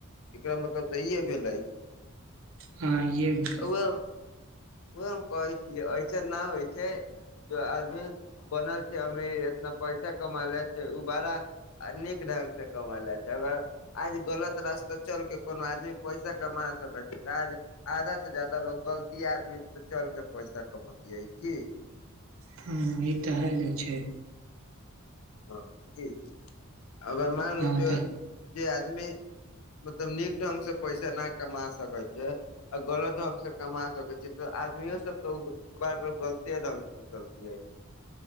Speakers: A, on the left (about 75°); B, on the right (about 65°).
A: एकरा मतलब ते इहे भेलै।
B: हाँ इहे भेले।
A: उहे उहे हम कहै छीये ऐसन ना हय छै जो आदमी बनल छै अमीर एतना पैसा कमाला छै, उ बड़ा अ नीक ढंग से कमाला छै, अगर आज गलत रास्ता चल के कोनो आदमी पैसा कमा सकै छै तऽ आज आधा से जादा लोग गलती आदमी त चलके पैसा कमतियै की।
B: हाँ ई तऽ हल छै।
A: हां कि अगर मैन
B: हँ
A: लू जे
B: तऽ
A: जे आ दमी मतलब नीक ढंग से पैसा ना कमा सक कै छै आ गलत ढंग से कमा सकै छै तऽ आदमियो सब त उ <unintelligible> गलते ढंग से चलतिये।